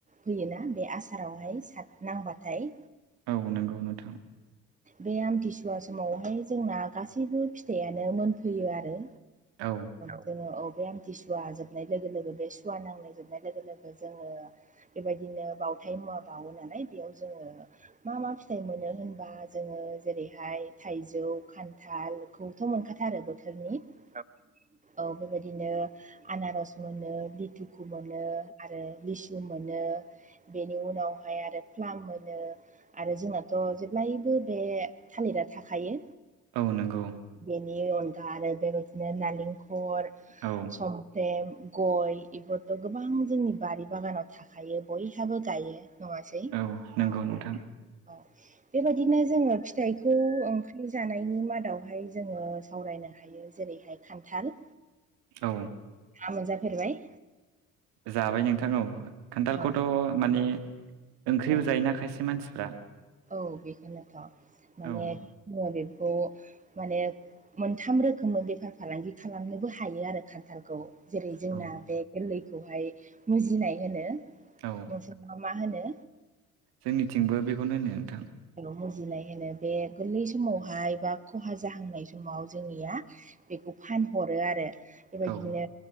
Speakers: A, on the right; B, on the right.
A: होयोना बे आसारा सार नांबाथाय
B: औ नोंगौ नोंथां।
A: बे आमथिसुवा समावहाय जोंना गासैबो फिथाइयानो मोनफैयो आरो।
B: औ
A: जोङो अबे आमथि सुवा जोबनाय लोगो लोगो बे सुवा नांनाय जोबनाय लोगो लोगो जोङो बेबायदिनो बावथाय मुवा बाउओ नालाय बेयाव जोङो मा मा फिथाइ मोनो होनबा? जोङो जेरैहाय थाइजौ खान्थाल खौथ' मोनखाथारो बोथोरनि औ। औ बेबायदिनो आनारस मोनो लितिकु मोनो आरो लिसु मोनो। बेनि उनावहाय आरो फ्लाम मोनो। आरो जोंनाथ' जेब्लायबो बे थालिरा थाखायो।
B: औ नोंगौ
A: बेनि अनगा आरो बेबायदिनो नालिंखर
B: औ
A: समफ्रेम गय इफोरथ' गोबां जोंनि बारि बागानाव थां बयहाबो गायो नङासै
B: औ नंगौ
A: ओं।
B: नोंथां
A: बिदिनो जोङो फिथाइखौ ओंख्रि जानायनि मादावहाय जोङो सावरायनो हायो। जेरैहाय खान्थाल।
B: औ
A: ना मोनजाफेरबाय?
B: जाबाय नोंथां औ खान्थालखौथ'
A: औ
B: माने ओंख्रिबो
A: औ
B: जायोना खायसे मानसिफ्रा।
A: औ बेखौनोथ' माने
B: औ
A: जोङो बेखौ माने। मोनथाम रोखोमै बेफार फालांगि खालामनोबो हायो आरो खान्थालखौ। जेरै जोंना
B: औ
A: बे गोरलैखौहाय मुजिनाय होनो।
B: औ
A: नोंसोरबा मा होनो?
B: जोंनिथिंबो बेखौनो होनो। नोंथां
A: मुजिनाय होनो बे गोरलै समावहाय बा खहा जाहांनाय समाव जोंनिया बेखौ फानहरो आरो बेबायदिनो
B: औ